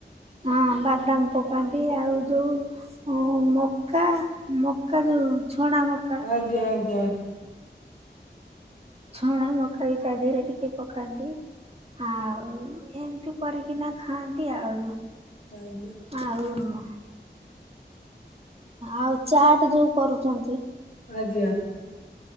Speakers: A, on the right (about 35°); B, on the left (about 50°).
A: ହଁ ବାଦାମ ପକାନ୍ତି ଆଉ ଯୋଉ ଓ ମକା ମକା ଯୋଉ ଛଣା ମକା
B: ଆଜ୍ଞା ଆଜ୍ଞା।
A: ଛଣା ମକା ବି ତା ଦିହରେ ଟିକେ ପକାନ୍ତି। ହଁ। ଏମତି ପରିକିନା ଖାଆନ୍ତି ଆଉ।
B: ଆଜ୍ଞା।
A: ଆଉ ଆଉ ଚାଟ ଯୋଉ କରୁଚନ୍ତି।
B: ଆଜ୍ଞା।